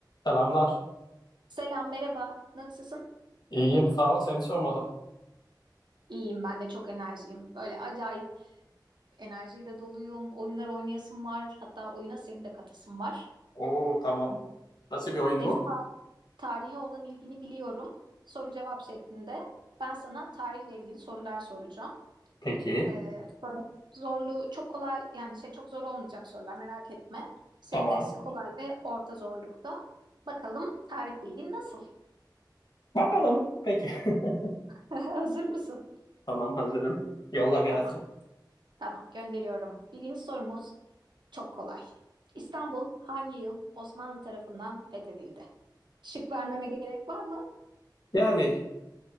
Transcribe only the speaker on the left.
Selamlar.
İyiyim, sağ ol. Seni sormalı.
Oo tamam. Nasıl bir oyun
bu?
Peki,
tamam.
Bakalım. Peki. <laughs>
Tamam, hazırım. Yolla gelsin.
Yani